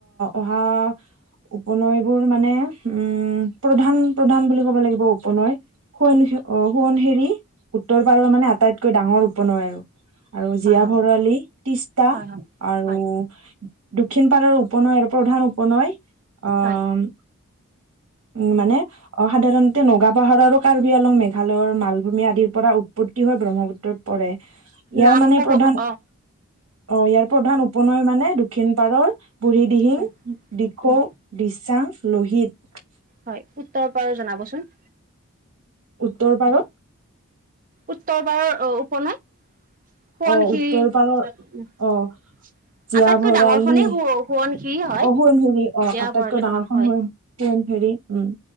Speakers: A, on the right; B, on the right.
A: অহা উপনৈবোৰ মানে উম, প্ৰধান, প্ৰধান বুলি ক'ব লাগিব উপনৈ, হুৱৈ অ', সোৱণশিৰি উত্তৰ পাৰৰ মানে, আটাইতকৈ ডাঙৰ উপনৈ আৰু। আৰু জীয়াভৰালি,
B: হয় হয়
A: তিষ্টা
B: হয় হয়
A: আৰু
B: হয়
A: দক্ষিণ পাৰৰ উপনৈ আৰু প্ৰধান উপনৈ আহ
B: হয়
A: উম, মানে সাধাৰণতে নগাপাহাৰ আৰু কাৰ্বি আলং মেঘালয়ৰ মালভূমি আদিৰ পৰা উৎপত ত্তি হৈ ব্ৰহ্মপুত্ৰত পৰে। ইয়াৰ
B: নাম
A: মানে
B: ক'ব
A: প্ৰধান,
B: অ
A: অ', ইয়াৰ প্ৰধান উপনৈ মানে দক্ষিণ পাৰৰ বুঢ়ীদিহিং,
B: হয়
A: দিখৌ,
B: উম
A: দিচাং, লোহিত।
B: হয়, উত্তৰৰ পৰাৰ জনাবচোন?
A: উত্তৰ পাৰৰ?
B: উত্তৰ পাৰৰ উপনৈ, সোৱণশিৰি
A: অ উত্তৰ পাৰৰ
B: আটাইতকৈ
A: অ জীয়া ভৰালি
B: ডাঙৰ খনেই সোৱণশিৰ হয়,
A: অ সোৱণশিৰি অ
B: জীয়া
A: আটাইতকৈ
B: ভৰালী,
A: ডাঙৰখন
B: অ', হয়।
A: সোৱণ সোৱণশিৰি উম।